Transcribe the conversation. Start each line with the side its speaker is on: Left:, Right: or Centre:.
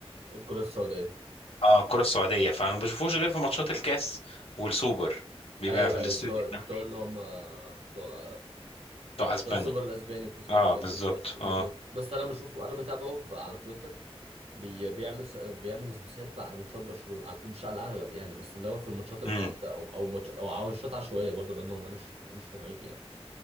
Right: الكره السوداء
Left: اه الكرة السعودية فما بشوفوش غير في ماتشات الكاس والسوبر بيبقى
Right: ايوه
Left: في الاستوديو
Right: ايوه بتوع
Left: التحليلي
Right: بتوع اللي هم بتوع
Left: بتوع اسبانيا
Right: بتوع السوبر الاسباني والكاس الاسباني
Left: اه بالظبط
Right: بالظبط بالظبط
Left: اه
Right: بس انا بشوفه انا بتابعه ف- على تويتر بي بيعمل س- بيعمل سبيسات بعد ماتشات برشلونه على- مش على الاغلب يعني بس اللي هو في الماتشات الجامده
Left: امم
Right: او او ماتش او أو ماتشات عشوائيه برضه لانه ملوش ملوش مواعيد يعني